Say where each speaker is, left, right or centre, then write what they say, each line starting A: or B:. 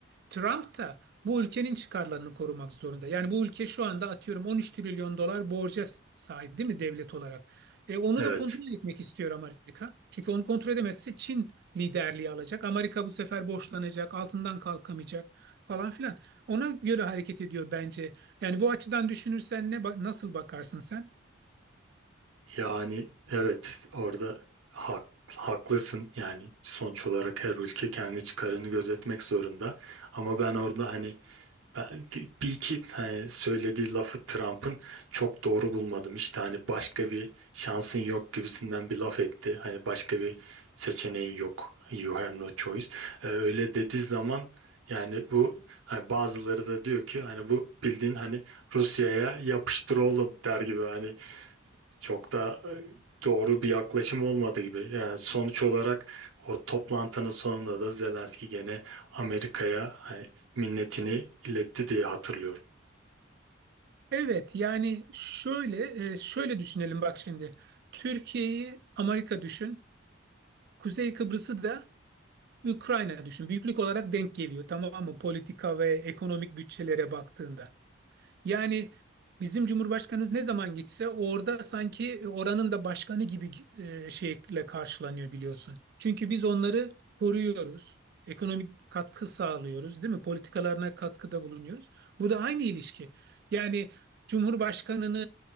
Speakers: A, on the right; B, on the right.
A: Trump da bu ülkenin çıkarlarını korumak zorunda. Yani bu ülke şu anda atıyorum 13 trilyon dolar borca sahip değil mi devlet olarak? E, onu
B: Evet.
A: da kontrol etmek istiyor Amerika. Çünkü onu kontrol edemezse Çin liderliği alacak. Amerika bu sefer borçlanacak, altından kalkamayacak falan filan. Ona göre hareket ediyor bence. Yani bu açıdan düşünürsen ne ba- nasıl bakarsın sen?
B: Yani evet orada hak, haklısın yani sonuç olarak her ülke kendi çıkarını gözetmek zorunda ama ben orada hani belki bir iki hani söylediği lafı Trump'ın çok doğru bulmadım işte hani başka bir şansın yok gibisinden bir laf etti hani başka bir seçeneğin yok you have no choice Ee, öyle dediği zaman yani bu hani bazıları da diyor ki hani bu bildiğin hani Rusya'ya yapıştır oğlum der gibi hani çok da e, doğru bir yaklaşım olmadı gibi. Yani sonuç olarak o toplantının sonunda da Zelenski gene Amerika'ya hani, minnetini iletti diye hatırlıyorum.
A: Evet yani şöyle e, şöyle düşünelim bak şimdi. Türkiye'yi Amerika düşün. Kuzey Kıbrıs'ı da Ukrayna düşün. Büyüklük olarak denk geliyor tamam mı? Politika ve ekonomik bütçelere baktığında. Yani bizim Cumhurbaşkanımız ne zaman gitse orada sanki oranın da başkanı gibi e, şeyle karşılanıyor biliyorsun. Çünkü biz onları koruyoruz. Ekonomik katkı sağlıyoruz, değil mi? Politikalarına katkıda bulunuyoruz. Bu da aynı ilişki. Yani Cumhurbaşkanını